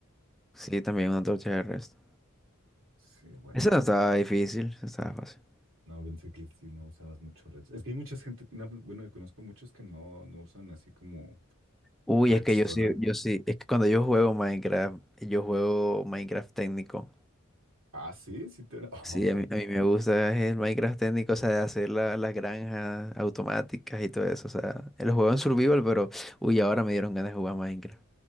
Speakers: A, in the centre; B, on the right (about 70°).
A: Sí, también una antorcha de resto.
B: Sí, bueno,
A: Esa
B: bueno.
A: no estaba difícil, esa estaba fácil.
B: No, pensé que sí, no usabas mucho redstone. Es que hay mucha gente, no, bueno, conozco muchos que no, no usan así como
A: Uy,
B: redstone.
A: es que yo sí,
B: ¿ah?
A: yo sí, es que cuando yo juego Minecraft, yo juego Minecraft técnico.
B: Ah, sí, sí te... <laughs>
A: Sí, a mí, a mí me gusta el Minecraft técnico, o sea, de hacer la- las granjas automáticas y todo eso. O sea, lo juego en survival, pero uy, ahora me dieron ganas de jugar Minecraft.